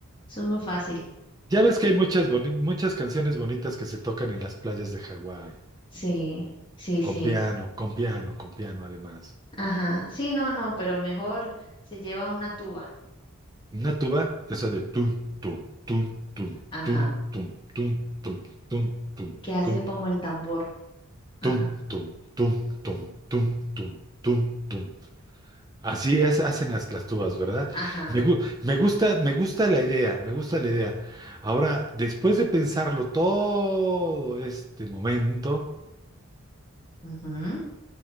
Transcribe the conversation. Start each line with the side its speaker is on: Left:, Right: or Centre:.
Left: eso es muy fácil.
Right: Ya ves que hay muchas boni- muchas canciones bonitas que se tocan en las playas de Hawái,
Left: Sí, sí, sí.
Right: con piano, con piano, con piano además.
Left: Ajá. Sí, no, no, pero mejor se lleva una tuba.
Right: Una tuba, esa de tun tun tun tun
Left: Ajá.
Right: tun tun tun tun tun tun
Left: Que hace
Right: tun
Left: como
Right: tun
Left: el tambor. Ajá.
Right: Tum, tum, tum, tum, tum, tum, tum, tum. Así es, hacen las, las tubas, ¿verdad?
Left: Ajá.
Right: Me, gu- me gusta, me gusta la idea, me gusta la idea. Ahora, después de pensarlo todo este momento,
Left: ujú.